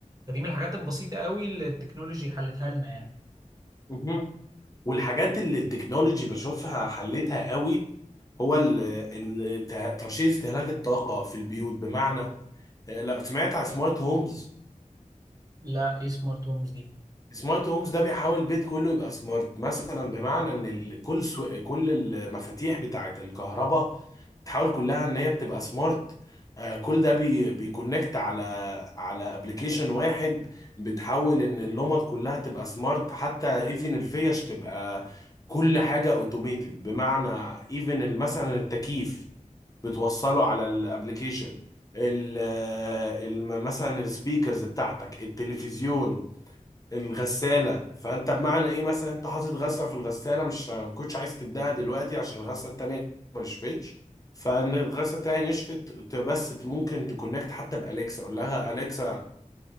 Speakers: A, on the right (about 30°); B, on the left (about 25°).
A: فدي من الحاجات البسيطة قوي اللي التكنولوجي حلتها لنا يعني
B: مهم. والحاجات اللي التكنولوجي بشوفها حلتها قوي هو ال- ال- ته- ترشيد استهلاك الطاقة في البيوت بمعنى آه، لو سمعت على سمارت هومز
A: لا ايه سمارت هومز دي
B: سمارت هومز ده بيحاول البيت كله يبقى سمارت مثلا بمعنى ان ال- كل سو... كل المفاتيح بتاعه الكهرباء بتحاول كلها ان هي بتبقى سمارت آه، كل ده بي... بيكونكت على على ابلكيشن واحد بتحاول ان اللمض كلها تبقى سمارت حتى ايفن الفيش تبقى كل حاجة اوتوميتد بمعنى ايفن مثلا التكييف بتوصله على الابلكيشن ال... آه، الم- مثلا السبيكرز بتاعتك التلفزيون الغسالة فانت بمعنى ايه مثلا انت حاطط غسلة في الغسالة مش ما كنتش عايز تبدأها دلوقتي عشان الغسلة التانية ما نشفتش فان الغسلة التانية نشفت ت- بس ت- ممكن تكونكت حتى بأليكسا اقول لها أليكسا